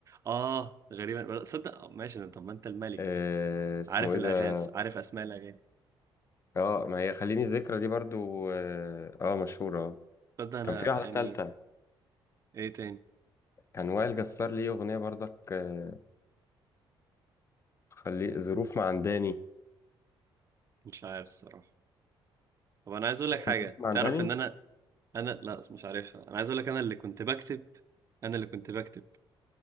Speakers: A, on the right; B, on the left.
A: اه غريبا صدق آه، ماشي طب ما انت الملك
B: آه اسمه
A: عارف
B: ايه
A: الاغاس
B: ده
A: عارف اسماء الاغاني
B: اه ما هي خليني ذكرى دي برضو اه, آه مشهورة آه.
A: صدق انا
B: كان في واحدة
A: يعني
B: تالتة
A: ايه تاني
B: كان وائل جسار ليه اغنية برضك آه خلي ظروف معنداني
A: مش عارف الصراحة طب انا عايز اقول
B: مش
A: لك
B: عارف
A: حاجة
B: ظروف معنداني
A: تعرف ان انا انا لا مش عارفها انا عايز اقول لك انا اللي كنت بكتب انا اللي كنت بكتب